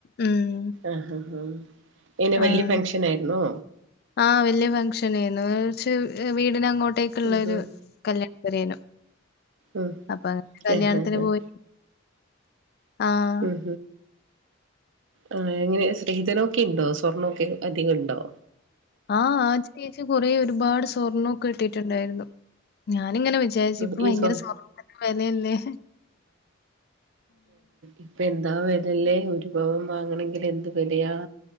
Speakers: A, on the left; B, on the right.
A: ഉം
B: ആഹ് ആഹ് ആഹ് എങ്ങനെ വലിയ
A: ആഹ്.
B: ഫംഗ്ഷൻ ആയിരുന്നോ
A: ആഹ് വലിയ ഫംഗഷന ആയിരുന്നു കുറച്ച് വീടിന അങ്ങോട്ടേക്കള്ള
B: ഉം
A: ഒരു
B: ഉം
A: കല്യാ
B: ഉം
A: അപ്പൊ അങ്ങനെ കല്യാണത്തിന്
B: ആഹ് ആഹ് ആഹ്
A: പോയി ആഹ്
B: ഉം ആഹ് എങ്ങനെ സ്സ്ത്രീധനൊക്കെ ഉണ്ടോ സ്വർണൊക്കെ അധികം ഉണ്ടോ
A: ആഹ് ആഹ് ചേച്ച കുറേ ഒരുപാട് സ്വർണ്ണമൊക്കെ ഇട്ടിട്ടുണ്ടായിരുന്നു ഞാനിങ്ങനെ വിചാരിച്ച
B: ഉം
A: ഇപ്പ ഭയങ്കര
B: ഈ സ്വ
A: സ്വർണത്തിനൊക്കെ വിലയല്ലേ
B: ഇപ്പ എന്താ വിലല്ലേ ഒരു പവം വാങ്ങണെങ്കിൽ എന്ത് വിലയാ